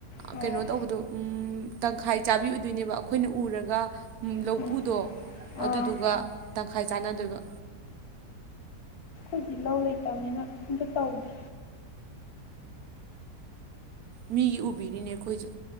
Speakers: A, on the left; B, on the right.
A: ꯑꯣ
B: ꯀꯩꯅꯣ ꯇꯧꯕꯗꯣ ꯎꯝ ꯇꯪꯈꯥꯏ ꯆꯥꯕꯤ ꯑꯣꯏꯗꯣꯏꯅꯦꯕ ꯑꯩꯈꯣꯏꯅ ꯎꯔꯒ ꯂꯧꯄꯨꯗꯣ
A: ꯑꯣ ꯑꯥ
B: ꯑꯗꯨꯗꯨꯒ ꯇꯪꯈꯥꯏ ꯆꯥꯟꯅꯗꯣꯏꯕ
A: ꯈꯣꯏꯗꯤ ꯂꯧ ꯂꯩꯇꯝꯅꯤꯅ ꯑꯝꯇ ꯇꯧꯗꯦ
B: ꯃꯤꯒꯤ ꯎꯕꯤꯔꯤꯅꯦ ꯑꯩꯈꯣꯏꯁꯨ